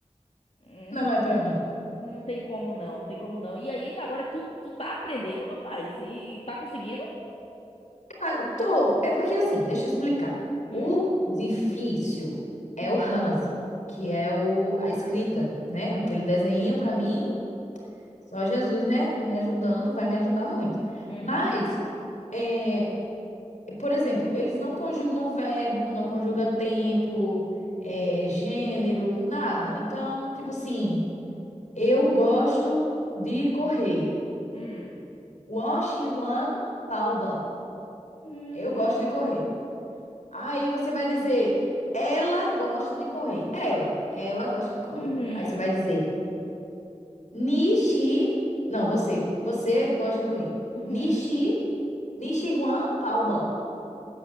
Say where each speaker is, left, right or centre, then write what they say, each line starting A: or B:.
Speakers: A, on the left; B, on the left.
A: <laughs> Hum,
B: Não é pra mim.
A: Não tem como não, não tem como não. E aí, agora tu, tu tá aprendendo, rapaz, e, e tá conseguindo?
B: Ah, tô. É porque assim, deixa eu explicar.
A: Hum.
B: O difícil é
A: Hum.
B: o Hanzi, que é o, a escrita, né? Aquele desenho pra mim, só Jesus, né? Me ajudando, vai me ajudar muito.
A: Uhum.
B: Mas, é, por exemplo, eles não conjugam verbo, não conjuga tempo, é,
A: Ixi.
B: gênero, nada. Então, tipo assim, eu gosto de correr.
A: Hum.
B: wash Juan Palba.
A: Hum.
B: Eu gosto de correr. Aí você vai dizer, ela gosta de correr. Ela, ela gosta de correr.
A: Uhum.
B: Aí você vai dizer, Nishi. Não, você. Você gosta de correr.
A: Uhum.
B: Nishi, Nishiruan Taoban.